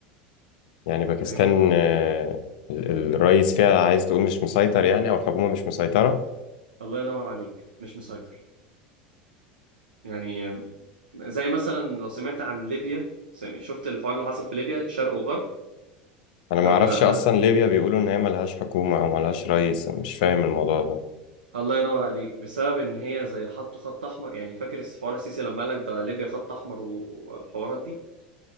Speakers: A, on the left (about 70°); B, on the right (about 85°).
A: يعني باكستان
B: فاهمني
A: آه، ال- الرئيس فيها عايز تقول مش مسيطر يعني او الحكومة مش مسيطرة
B: الله ينور عليك مش مسيطر يعني آم، زي مثلا لو سمعت عن ليبيا سم- شفت الحوار اللي حصل في ليبيا شرق وغرب
A: انا
B: لو
A: ما اعرفش
B: ما
A: اصلا
B: لا
A: ليبيا بيقولوا ان هي ملهاش حكومة او ملهاش رئيس انا مش فاهم الموضوع ده
B: الله ينور عليك بسبب ان هي زي حطوا خط احمر يعني فاكر حوار السيسي لما قالك ده ليبيا خط احمر و- والحوارات دي